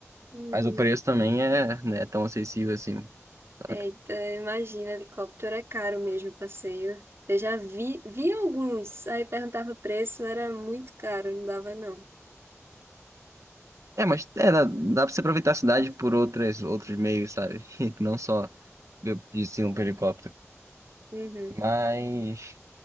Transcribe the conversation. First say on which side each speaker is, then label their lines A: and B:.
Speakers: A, on the right (about 60°); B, on the right (about 85°).
A: Hum.
B: Mas o preço também é, né, tão acessível assim,
A: Eita,
B: sabe?
A: imagina, helicóptero é caro mesmo o passeio. Eu já vi, vi alguns, aí perguntava o preço, era muito caro, não dava não.
B: É, mas é, dá, dá pra você aproveitar a cidade por outras, outros meios, sabe? <laughs> Não só de de cima pro helicóptero.
A: Uhum.
B: Mas